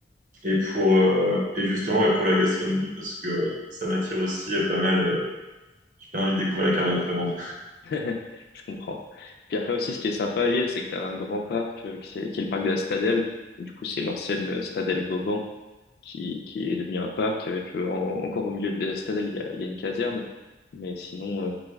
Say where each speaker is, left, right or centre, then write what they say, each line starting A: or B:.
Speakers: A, on the right (about 45°); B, on the left (about 55°).
A: et pour euh, et justement, ouais, pour la gastronomie, parce que ça m'attire aussi euh, pas mal. euh, j'ai bien envie de découvrir la carbone flamande.
B: <laughs> Je comprends. Puis après aussi, ce qui est sympa à Lille, c'est que t'as un grand parc euh, qui, c'est- qui est le parc de la Stadelle. Du coup, c'est l'ancienne euh, Stadelle Vauban. qui, qui est devenu un parc avec euh, en- encore au milieu de la citadelle, il y a, il y a une caserne. Mais sinon, euh,